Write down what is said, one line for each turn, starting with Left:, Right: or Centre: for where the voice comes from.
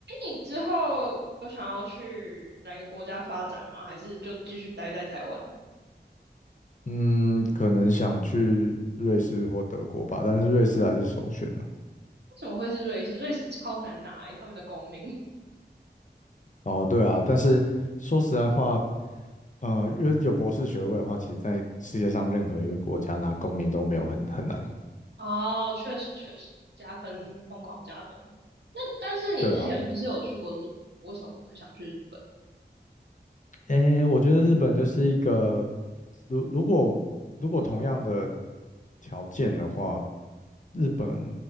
Right: 你之后有想要去哪个国家发展吗？还是就继续待在台湾？
Left: 嗯，可能想去瑞士或德国吧，但是瑞士还是首选呢、
Right: 为什么会是瑞士？瑞士超难拿、欸，他们的公民。
Left: 哦，对啊，但是说实在话，呃，因为有博士学位的话，其实在世界上任何一个国家拿公民都没有很很难。
Right: 哦，确实确实加分，疯嗯狂加分。那但是你之前不是有去过日本？
Left: 对啊，
Right: 为什么不会想去日本？
Left: 诶，我觉得日本就是一个，如如果如果同样的条件的话，日本